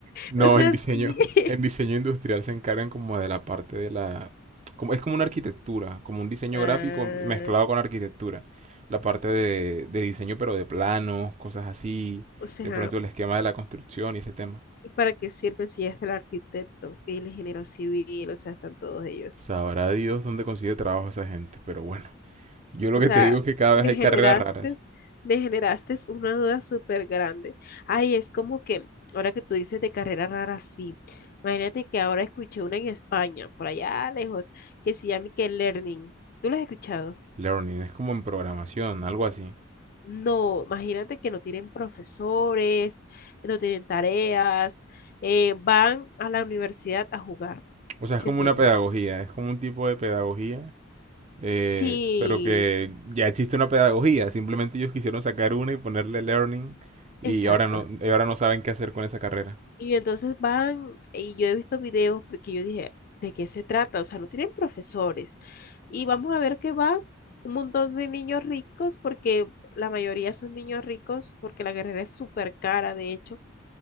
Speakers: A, on the right; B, on the left.
A: No,
B: O sea,
A: en diseño,
B: sí. <laughs>
A: en diseño industrial se encargan como de la parte de la, como, es como una arquitectura, como un diseño
B: Ah,
A: gráfico mezclado con arquitectura. La parte de, de diseño, pero de planos, cosas así,
B: o sea,
A: de pronto el esquema de la construcción y ese tema.
B: ¿y para qué sirven si ya está el arquitecto y el ingeniero civil? O sea, están todos ellos.
A: Sabrá Dios dónde consigue trabajo esa gente, pero bueno, yo lo
B: O
A: que
B: sea,
A: te digo es que cada
B: me
A: vez hay
B: generaste,
A: carreras raras.
B: me generaste una duda súper grande. Ay, es como que, ahora que tú dices de carrera rara, sí. Imagínate que ahora escuché una en España, por allá lejos, que se llama que Learning. ¿Tú la has escuchado?
A: Learning es como en programación, algo así.
B: No, imagínate que no tienen profesores, no tienen tareas, eh, van a la universidad a jugar.
A: O sea,
B: ¿Sí
A: es como
B: entiendes?
A: una pedagogía, es como un tipo de pedagogía, eh,
B: Sí,
A: pero que ya existe una pedagogía. Simplemente ellos quisieron sacar una y ponerle learning y
B: exacto.
A: ahora no, y ahora no saben qué hacer con esa carrera.
B: Y entonces van, y yo he visto videos porque yo dije, ¿de qué se trata? O sea, no tienen profesores. Y vamos a ver que va un montón de niños ricos, porque la mayoría son niños ricos, porque la carrera es súper cara, de hecho.